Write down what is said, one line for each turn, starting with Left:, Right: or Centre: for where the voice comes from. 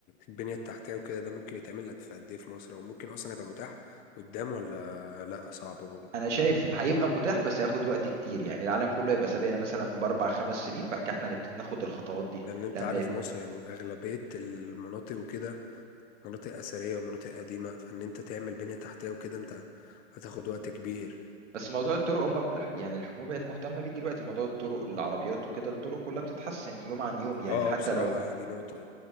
Left: البنية التحتية وكده ده ممكن يتعمل لك في قد ايه في مصر وممكن اصلا يبقى متاح قدام ولا لا صعب برضه
Right: انا شايف هيبقى متاح بس هياخد وقت كتير يعني العالم كله هيبقى سابقنا مثلا باربع خمس سنين بعد كده احنا هنبتدي ناخد الخطوات دي
Left: لان انت
Right: لما
Left: عارف
Right: يت...
Left: مصر يعني اغلبية المناطق وكده مناطق اثرية ومناطق قديمة فان انت تعمل بنية تحتية وكده انت هتاخد وقت كبير
Right: بس موضوع الطرق هم يعني الحكومه بقت مهتمه بيه دلوقتي موضوع الطرق العربيات وكده الطرق كلها بتتحسن يوم عن يوم يعني
Left: اه
Right: حتى
Left: اه بصراحة
Right: لو
Left: دي نقطة